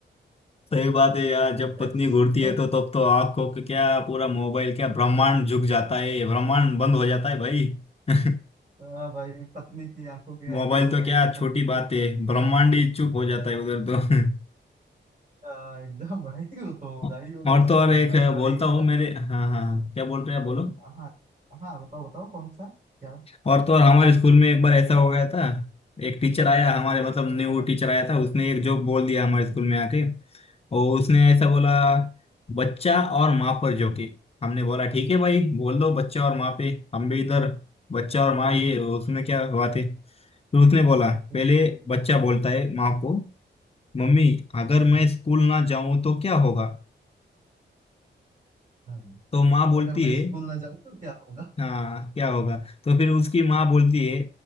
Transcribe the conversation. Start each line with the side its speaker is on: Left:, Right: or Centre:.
Left: सही बात है यार जब
Right: <laughs>
Left: पत्नी घूरती है तो तब तो आंख को क्या पूरा मोबाइल क्या ब्रह्मांड झुक जाता है ब्रह्मांड बंद हो जाता है भाई <laughs>
Right: हाँ भाई पत्नी की आंखों के आगे
Left: मोबाइल
Right: तो भाई
Left: तो क्या छोटी
Right: सब कुछ
Left: बात
Right: फेल
Left: है
Right: हो जाएगा।
Left: ब्रह्मांड ही चुप हो जाता है उधर तो
Right: हाँ, एकदम भाई वो
Left: <laughs>
Right: तो होगा ही होगा
Left: और
Right: उसको
Left: तो और
Right: तो
Left: एक
Right: होना ही पड़ेगा
Left: बोलता हूँ मेरे हाँ हाँ क्या बोल रहे हैं आप, बोलो
Right: हाँ हाँ बताओ बताओ कौन सा क्या
Left: और तो और हमारे स्कूल में एक बार ऐसा हो गया था एक टीचर आया हमारे मतलब न्यू
Right: हाँ
Left: टीचर आया था उसने एक जोक बोल दिया हमारे स्कूल में आके और उसने ऐसा बोला बच्चा और माँ पर जोके हमने बोला ठीक है भाई बोल दो बच्चा और माँ पे हम भी इधर बच्चा और माँ ये उसमें क्या बात है तो उसने बोला
Right: बिल्कुल
Left: पहले
Right: बिल्कुल,
Left: बच्चा बोलता है माँ को मम्मी अगर मैं
Right: हाँ
Left: स्कूल ना जाऊं तो क्या होगा
Right: हाँ
Left: तो माँ बोलती
Right: अगर मैं
Left: है
Right: स्कूल ना जाऊँ तो क्या होगा
Left: हाँ क्या होगा तो फिर उसकी माँ बोलती है